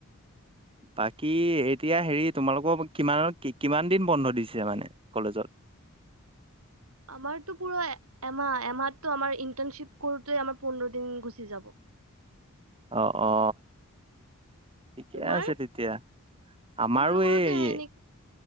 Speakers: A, on the right; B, on the right.
A: বাকী এতিয়া হেৰি তোমালোকক কিমান কিমান দিন বন্ধ দিছে মানে কলেজত?
B: <inaudible> আমাৰতো পুৰো এমাহ এমাহো আমাৰ ইণ্টাৰ্নচিপ কৰোতে আমাৰ পোন্ধৰ দিন গুচি যাব।
A: অ, অ ঠিকে
B: তোমাৰ
A: আছে তেতিয়া। আমাৰো
B: তোমালোকৰতো
A: এই
B: এনে